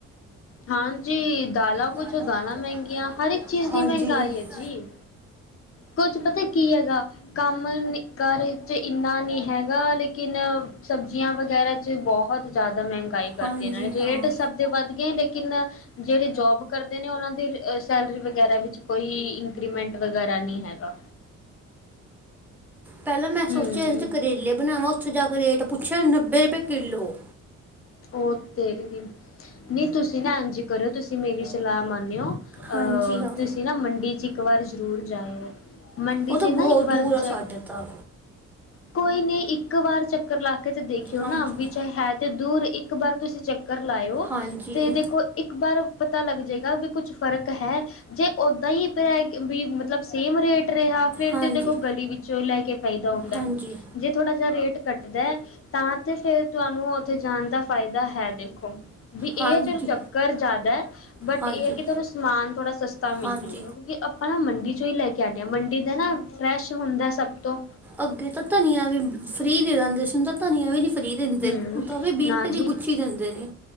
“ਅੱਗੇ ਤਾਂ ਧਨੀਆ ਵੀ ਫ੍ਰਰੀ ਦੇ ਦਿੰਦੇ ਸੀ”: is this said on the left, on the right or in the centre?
Centre